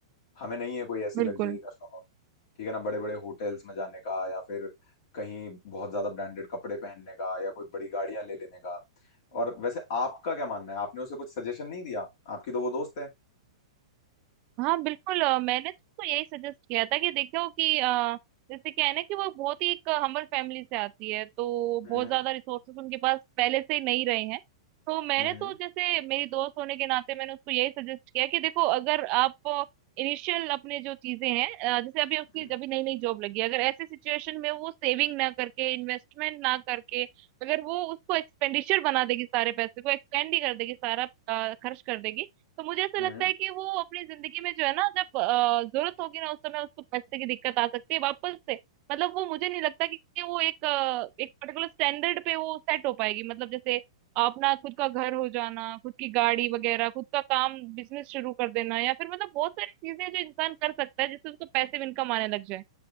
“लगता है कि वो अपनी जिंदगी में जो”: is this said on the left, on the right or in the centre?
Right